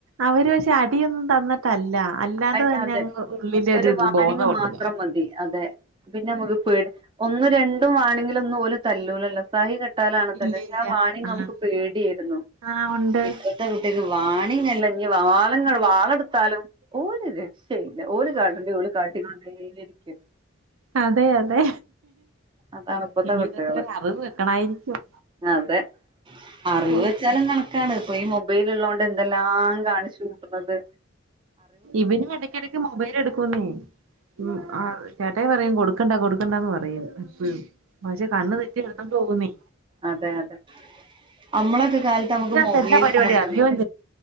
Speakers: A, on the right; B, on the right.
A: അവര് പഷെ അടിയൊന്നും തന്ന് തല്ല അല്ലാതെ
B: അ-
A: തന്നെ
B: അതെ
A: അങ്ങ് ഉള്ളിലോരുത്
B: ഒരു വാണിംഗ്
A: ബോന്ന കൊട്ടുന്നു
B: മാത്രം മതി അതെ പിന്നെ നമ്മക്ക് പേടി ഒന്നും രണ്ടും വാണിങ്ങിലൊന്നും ഓലെ തല്ലൂലല്ലോ സഹി കെട്ടാലാണ്
A: ഇല്ല
B: തല്ല പക്ഷെ
A: ഇല്ല
B: ആ വാണിങ്
A: ആഹ്
B: നമക്ക് പേട്യയിരുന്നു
A: ആഹ് ഉണ്ട്
B: ഇപ്പ ഇത്ത കുട്ടിക്ക് വാണിങ്ങല്ല ഇഞ്ഞ് വാളങ്ങ വാളെടുത്താലും ഒരു രക്ഷയില്ല ഓല് കാട്ടണ്ടത് ഓല് കാട്ടികൊണ്ടേയിരിക്കും
A: അതെയതെ
B: അതാണ് ഇപ്പത്തെ
A: ഇനി
B: കുട്ടികള്
A: ഇതൊക്കെ ഒരറിവ് വെക്കണായിരിക്കും
B: അതെ അറിവ്
A: ഓഹ്
B: വെച്ചാലും കണക്ക ക്കാണ് ഇപ്പൊ ഈ മൊബൈല് ഇള്ളോണ്ട് എന്തെല്ലാം കാണിച്ചൂട്ട്ന്നത്.
A: ഇബനും ഏടക്കെടക്ക് മൊബൈല് എടുക്കൂന്നേ ഉം ആ ചേട്ടായി പറയും കൊടുക്കണ്ട കൊടുക്കണ്ടാന്ന് പറയും പ്പ് പക്ഷെ കണ്ണ് തെറ്റിയാ എടുത്തോണ്ട് പോവുന്നേ
B: അതെയതെ അമ്മളൊക്കെ കാലത്ത് അമ്മക്ക്
A: ഇതിനകത്ത്
B: മൊബൈല്
A: എല്ലാ പരിപാടിയും
B: ണ്ടായിരുന്നില്ല,
A: അറിയോം